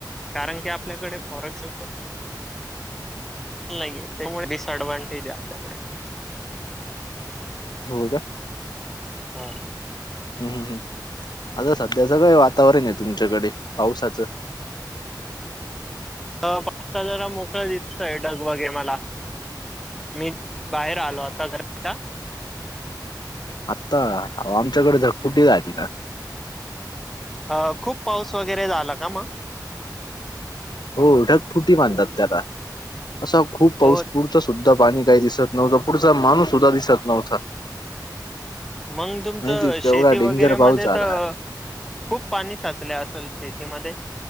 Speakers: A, in the centre; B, on the left (about 70°).
A: कारण की आपल्याकडे फॉरेक्स नाहीये त्यामुळे डिस अ्ँडव्हानटेज आहे आपल्याकडे.
B: हो का.
A: हा.
B: हम्म हम्म आता सध्याच वेळ वातावरण आहे तुमच्याकडे पावसाचं.
A: <inaudible> आता जरा मोकळं दिसतंय डग वगैरे मला मी बाहेर आलो आता <unintelligible>
B: आता आमच्याकडे जर कुठे <unintelligible>
A: अ खूप पाऊस वगैरे झाला का मग?
B: होढक फुटी मानतात त्याला असा खूप पाऊस
A: हो
B: पुरचा सुद्धा पाणी काही दिसत नव्हतं पुढचा माणूस सुद्धा दिसत नव्हता.
A: मग तुमचं
B: माहिती
A: शेती
B: एवढा डेंजर
A: वगैरे
B: पाऊस
A: मग तिथं
B: झाला
A: खूप पाणी साचले असल शेतीमध्ये.